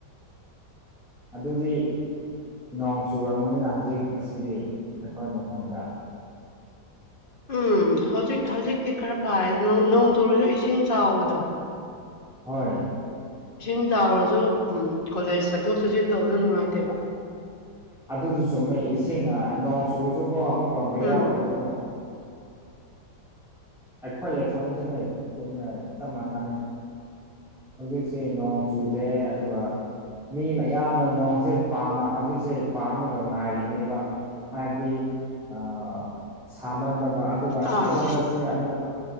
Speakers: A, in the centre; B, on the left.
A: ꯑꯗꯨꯗꯤ ꯅꯣꯡ ꯆꯨꯔꯕꯅꯤꯅ ꯍꯧꯖꯤꯛ ꯉꯁꯤꯗꯤ ꯅꯈꯣꯏ ꯃꯐꯝꯗ
B: ꯎꯝ ꯍꯧꯖꯤꯛ ꯍꯧꯖꯤꯛꯇꯤ ꯈꯔ ꯐꯥꯏꯔꯦ ꯅꯣꯡ ꯆꯨꯔꯁꯨ ꯏꯁꯤꯡ ꯆꯥꯎꯕꯗꯣ
A: ꯍꯣꯏ
B: ꯏꯁꯤꯡ ꯇꯥꯎꯔꯁꯨ ꯎꯝ ꯀꯣꯂꯦꯖ ꯆꯠꯊꯣꯛ ꯆꯠꯁꯤꯟ ꯇꯧꯕꯗꯣ ꯅꯨꯡꯉꯥꯏꯇꯦꯕ
A: ꯑꯗꯨꯁꯨ ꯆꯨꯝꯃꯦ ꯏꯁꯤꯡ ꯅꯣꯡ ꯆꯨꯕꯁꯨꯀꯣ ꯑꯃꯨꯛꯀ ꯕꯦꯔꯥ
B: ꯎꯝ
A: ꯑꯣꯏꯕꯀꯣ ꯑꯩꯈꯣꯏ ꯂꯩꯥꯏꯐꯝꯁꯨꯅꯦ ꯆꯨꯝꯃꯦ ꯆꯞ ꯃꯥꯟꯅꯌꯦ ꯍꯧꯖꯤꯛꯁꯤ ꯅꯣꯡ ꯆꯨꯗꯦ ꯑꯗꯨꯒ ꯃꯤ ꯃꯌꯥꯝ ꯑꯃ ꯅꯣꯡꯁꯦ ꯄꯥꯝ ꯍꯧꯖꯤꯛꯁꯦ ꯄꯥꯝꯃꯥꯒ ꯉꯥꯏꯔꯤꯅꯦꯕ ꯍꯥꯏꯕꯗꯤ ꯑꯥ ꯁꯥꯃꯟꯕꯒ ꯑꯗꯨꯒ
B: ꯑꯥ
A: ꯁꯥꯃꯟꯕꯁꯤ ꯁꯦ ꯑꯃꯨꯛ